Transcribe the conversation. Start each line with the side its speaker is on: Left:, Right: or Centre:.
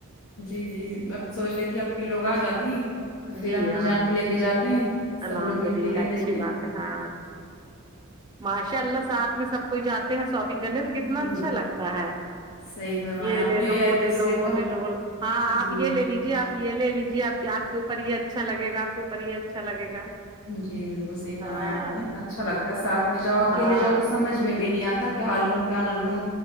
Left: جی جی جی میں اب سوچ رہی تھی اپی لوگ آ جاتی تو پھر
Right: جی
Left: امی
Right: ہاں
Left: جان کو لے کے جاتے ہیں سب
Right: الحمد
Left: لوگ مل
Right: للہ
Left: کے لے لیتے
Right: اچھی
Left: ہیں
Right: بات ہاں ماشاء اللہ ساتھ میں سب کوئی جاتے ہیں شاپنگ کرنے تو کتنا
Left: جی
Right: اچھا لگتا ہے
Left: صحیح فرمایا
Right: یہ
Left: آپ
Right: لے
Left: نے
Right: لو وہ
Left: ایک
Right: لے
Left: دوسرے
Right: لو وہ
Left: کا
Right: لے لو وہ لو ہاں
Left: جی
Right: آپ یہ لے لیجے آپ یہ لے لیجیے آپ آپ کے اوپر یہ اچھا لگے گا آپ کے اوپر یہ اچھا لگے گا
Left: جی بالکل صحیح فرمایا
Right: ہاں
Left: آپ نے اچھا لگتا ہے ساتھ میں جاؤ اکیلے
Right: ہاں
Left: جاؤ تو سمجھ میں بھی نہیں آتا کیا لوں کیا نہ لوں